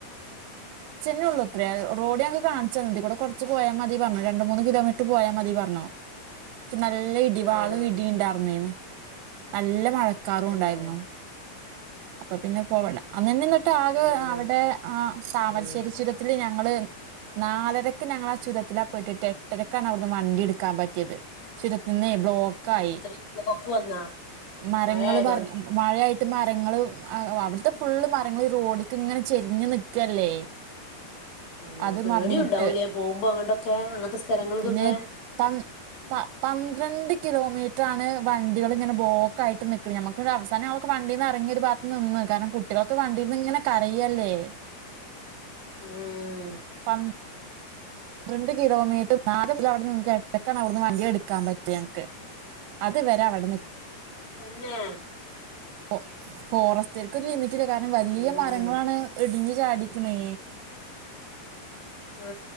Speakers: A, on the right (about 90°); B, on the left (about 55°).
A: ന്നെള്ളൂത്രേ റോഡ് ഞങ്ങക്ക് കാണിച്ചന്നു. ഇതി കൂടെ കൊറച്ച് പോയാ മതി പറഞ്ഞു. രണ്ട് മൂന്ന് കിലോമീറ്ററ് പോയാമതി പറഞ്ഞു. <inaudible> നല്ല ഇടിവാളും
B: ആഹ്
A: ഇടിയും ഇണ്ടാർന്നേന്ന്‌. നല്ല മഴക്കാറും
B: തന്നെ
A: ഉണ്ടായിരുന്നു. അപ്പ പിന്നെ പോവണ്ട അന്നന്നെ ഇന്നിട്ട് ആകെ
B: ആഹ് ആഹ്
A: അവടെ ആ താമരശ്ശേരി
B: ആഹ്
A: ചുരത്തില് ഞ ങ്ങള് നാലരക്ക് ഞങ്ങളാ ആ ചുരത്തിലാ പെട്ടിട്ട് എട്ടരക്കാണ് അവിടുന്ന് വണ്ടി എടുക്കാൻ പറ്റിയത് ചുരത്തിന്നേ ബ്ലോക്ക് ക്കായി
B: അത്രയും ബ്ലോക്ക് വന്നാ
A: മരങ്ങള്
B: മഴ ആയതോണ്ടാ
A: പറഞ്ഞ മഴ മരങ്ങള് അവിടുത്തെ ഫുള്ള് മരങ്ങള് ഈ റോഡിക്ക് ഇങ്ങനെ ചെരിഞ്ഞ് നിക്കല്ലേ
B: ആ
A: അത്
B: പേടിം
A: മറിഞ്ഞിട്ട്
B: ഉണ്ടാവൂല്ലേ? പോവുമ്പോ അങ്ങടൊക്കെ അങ്ങത്തെ സ്ഥലങ്ങൾക്കൊക്കെ
A: പിന്നെ പ പ പന്ത്രണ്ട് കിലോമീറ്റർ ആണ് വണ്ടികൾ ഇങ്ങനെ ബ്ലോക്ക്‌ ആയിട്ട് നിക്കണ്. ഞമ്മക്ക്ങ്ങട് അവസാന ആവു വണ്ടീന്ന് എറങ്ങിയൊരു ഭാഗത്ത് നിന്ന് കാരണം കുട്ടികളൊക്കെ വണ്ടീന്ന് ഇങ്ങനെ കരയല്ലേ?
B: ഊം
A: പം ന്ത്രണ്ട് കിലോമീറ്റർ നാ <unintelligible> അവിടന്ന്‌ ന്നട്ട് എട്ടരക്കാണ് അവിടുന്ന് വണ്ടിയടുക്കാൻ പറ്റ്യേ ഞങ്ങക്ക്. അത് വരാ അവടെ നി
B: തന്നെ
A: ഫോ ഫോറസ്റ്റ്കാർക്ക് ഒര് ലിമി കാരണം വലിയ
B: ഉം
A: മരങ്ങളാണ് ഇടിഞ്ഞു ചാടീക്കണേ.
B: ആ